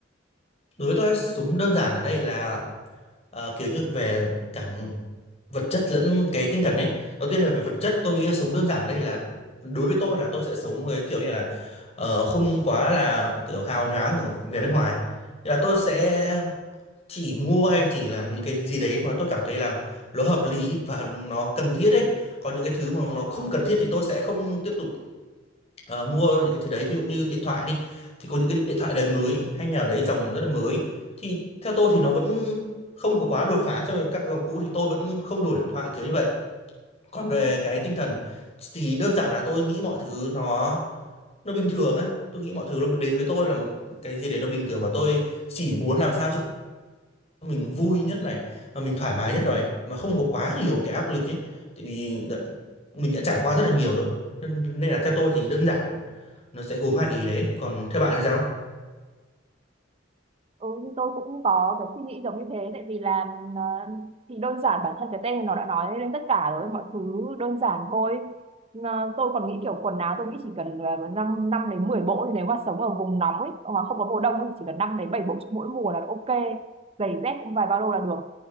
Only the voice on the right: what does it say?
Ừ, thì tôi cũng có cái suy nghĩ giống như thế tại vì là ờ, thì đơn giản bản thân cái tên nó đã nói lên tất cả rồi mọi thứ đơn giản thôi Ờ, tôi còn nghĩ kiểu quần áo tôi nghĩ chỉ cần uh, 5, năm đến 10 bộ thì nếu mà sống ở vùng nóng ấy mà không có mùa đông thì chỉ cần 5 đến 7 bộ cho mỗi mùa là ok giày dép cũng vài ba lô là được